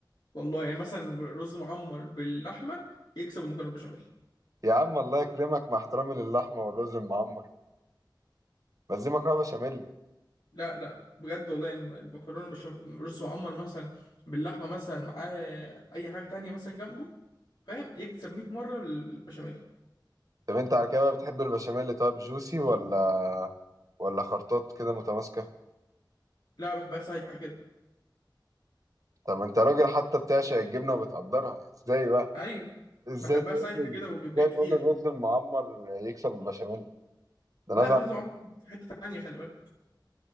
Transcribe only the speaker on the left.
والله يعني مثلا رز معمر باللحمه يكسب المكرونه بالبشاميل
لا لا بجد والله يعني المكرونه بالبشاميل رز معمر مثلا باللحمه مثلا معاه اي حاجه تانية مثلا جنبه فاهم يكسب 100 مره البشاميل
لا بحبها سايحه كده
ايوه
بحبها
سايحه
كده وجبنات
كتير
لا
رز معمر في حته تانية خلي بالك